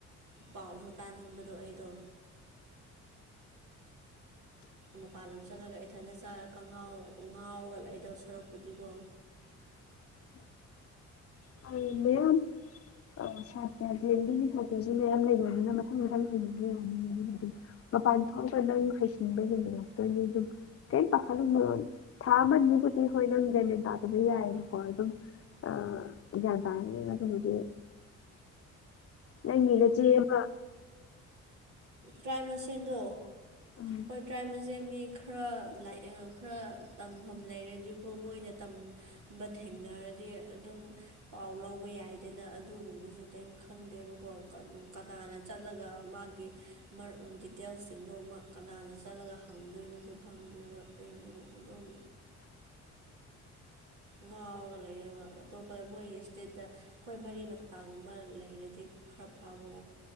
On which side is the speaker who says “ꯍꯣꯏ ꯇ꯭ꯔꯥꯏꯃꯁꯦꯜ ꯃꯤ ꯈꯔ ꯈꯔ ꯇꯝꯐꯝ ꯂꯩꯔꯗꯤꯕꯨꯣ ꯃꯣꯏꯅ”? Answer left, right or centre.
Right